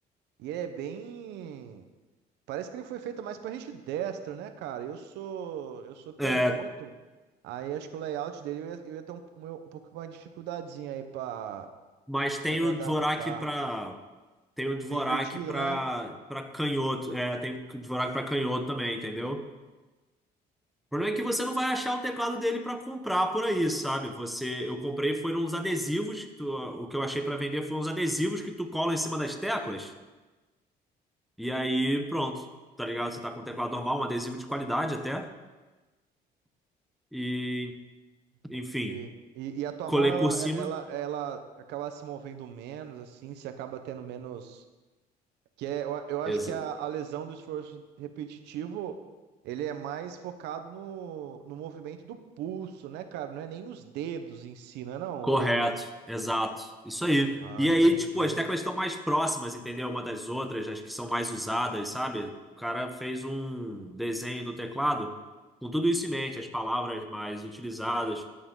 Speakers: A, on the right (about 85°); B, in the centre.
A: E é bem. Parece que ele foi feito mais pra gente destro, né, cara? Eu sou, eu sou canhoto.
B: É,
A: Aí acho que o layout dele eu ia, eu ia ter um, um pouco mais de dificuldadezinha aí pra,
B: mas tem
A: pra me
B: o
A: adaptar.
B: Dvorak pra. Tem o Dvorak
A: É divertido,
B: pra,
A: né?
B: pra canhoto. É, tem o Dvorak pra canhoto também, entendeu? O problema é que você não vai achar o teclado dele pra comprar por aí, sabe? Você, eu comprei foram uns adesivos, que tu- o que eu achei pra vender foram uns adesivos que tu cola em cima das teclas e aí pronto, tá ligado? Você tá com um teclado normal, um adesivo de qualidade até e enfim,
A: Pode crer. E, e a tua
B: colei
A: mão, ela,
B: por cima.
A: ela, ela acaba se movendo menos, assim, se acaba tendo menos. Que é, eu, eu acho
B: Exa-
A: que a, a lesão do esforço repetitivo, ele é mais focado no, no movimento do pulso, né, cara? Não é nem nos dedos em si, não é não?
B: Correto,
A: Ou Eu...
B: exato. Isso aí.
A: Ah,
B: E
A: entendi.
B: aí, tipo, as teclas estão mais próximas, entendeu? Uma das outras, as que são mais usadas, sabe? O cara fez um desenho do teclado com tudo isso em mente, as palavras mais utilizadas.